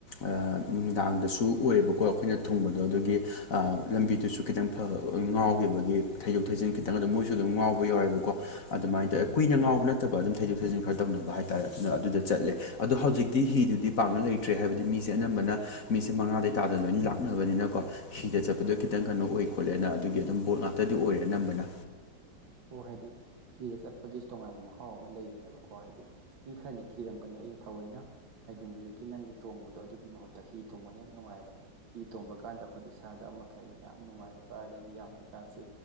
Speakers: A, on the left; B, on the right.
A: ꯑꯥ ꯅꯨꯃꯤꯗꯥꯡꯗꯁꯨ ꯑꯣꯏꯌꯦꯕꯀꯣ ꯑꯩꯈꯣꯏꯅ ꯊꯨꯡꯕꯗꯣ ꯑꯗꯨꯒꯤ ꯑ ꯂꯝꯕꯤꯗꯨꯁꯨ ꯈꯤꯇꯪ ꯐ ꯉꯥꯎꯒꯤꯕꯒꯤ ꯊꯩꯗꯣꯛ ꯊꯩꯖꯤꯟ ꯈꯤꯇꯪ ꯑꯗꯨꯝ ꯃꯣꯏꯁꯨ ꯑꯗꯨꯝ ꯉꯥꯎꯕ ꯌꯥꯎꯋꯦꯕꯀꯣ ꯑꯗꯨꯃꯥꯏꯟ ꯇꯧꯑꯦ ꯀꯨꯏꯅ ꯉꯥꯎꯕ ꯅꯠꯇꯕ ꯑꯗꯨꯝ ꯊꯩꯗꯣꯛ ꯊꯩꯖꯤꯟ ꯈꯔ ꯇꯧꯅꯕ ꯍꯥꯏꯇꯥꯔꯦ ꯑꯗꯨꯅ ꯑꯗꯨꯗ ꯆꯠꯂꯦ ꯑꯗꯣ ꯍꯧꯖꯤꯛꯇꯤ ꯍꯤꯗꯨꯗꯤ ꯄꯥꯛꯅ ꯂꯩꯇ꯭ꯔꯦ ꯍꯥꯏꯕꯗꯤ ꯃꯤꯁ ꯁꯦ ꯑꯅꯝꯕꯅ ꯃꯤꯁꯦ ꯃꯉꯥꯗ ꯇꯥꯗꯅ ꯂꯣꯏꯅ ꯂꯥꯛꯅꯕꯅꯤꯅꯀꯣ ꯍꯤꯗ ꯆꯠꯄꯗꯣ ꯈꯤꯇꯪ ꯀꯩꯅꯣ ꯑꯣꯏ ꯈꯣꯠꯂꯦꯅ ꯑꯗꯨꯒꯤ ꯑꯗꯨꯝ ꯕꯣꯠ ꯉꯥꯛꯇꯗꯤ ꯑꯣꯏꯔꯦ ꯑꯅꯝꯕꯅ
B: ꯑꯣ ꯍꯥꯏꯗꯤ ꯍꯤꯗꯥ ꯆꯠꯄꯒꯤꯁꯨ ꯇꯣꯉꯥꯟꯕ ꯃꯍꯥꯎ ꯑꯃ ꯂꯩꯕꯅꯦꯕꯀꯣ ꯍꯥꯏꯗꯤ ꯃꯤ ꯈꯔꯅ ꯀꯤꯔꯝꯒꯅꯤ ꯑꯩꯗꯤ ꯊꯑꯣꯏꯅ ꯍꯥꯏꯗꯤꯃꯨꯛ ꯍꯨꯖꯤꯛꯀꯤ ꯅꯪꯒꯤ ꯇꯣꯡꯕꯗꯣ ꯑꯗꯨꯒꯤ ꯃꯍꯨꯠꯇ ꯍꯤ ꯇꫭꯡꯕꯅ ꯍꯦꯟꯅ ꯅꯨꯡꯉꯥꯏꯑꯦꯕ ꯍꯤ ꯇꯣꯡꯕ ꯀꯥꯟꯗ ꯑꯩꯈꯣꯏꯗ ꯏꯁꯥꯗ ꯑꯃ ꯀꯩ ꯍꯥꯏꯅꯤ ꯌꯥꯝ ꯅꯨꯡꯉꯥꯏꯕ ꯑꯗꯥꯒꯤ ꯌꯥꯝꯅ ꯏꯁꯥꯁꯦ